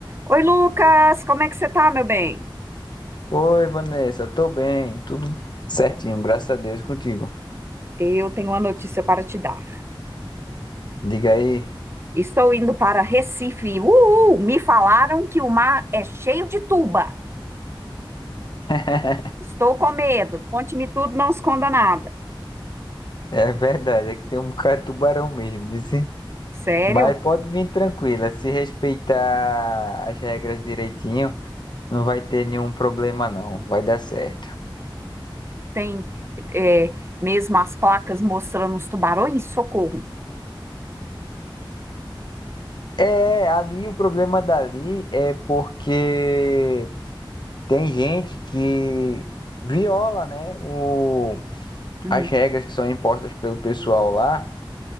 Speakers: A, on the right; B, on the left.
A: Oi, Lucas, como é que você tá, meu bem?
B: Oi, Vanessa, tô bem, tudo certinho, graças a Deus e contigo.
A: Eu tenho uma notícia para te dar.
B: Diga aí.
A: Estou indo para Recife. Uhul! Me falaram que o mar é cheio de tuba.
B: <laughs>
A: Estou com medo. Conte-me tudo, não esconda nada.
B: É verdade, é que tem um bocado de tubarão mesmo, viu, sim?
A: Sério?
B: Mas pode vir tranquila, se respeitar as regras direitinho, não vai ter nenhum problema não, vai dar certo.
A: Tem é, mesmo as placas mostrando os tubarões? Socorro.
B: É, ali o problema dali é porque tem gente que viola, né, o,
A: Hum,
B: as regras que são impostas pelo pessoal lá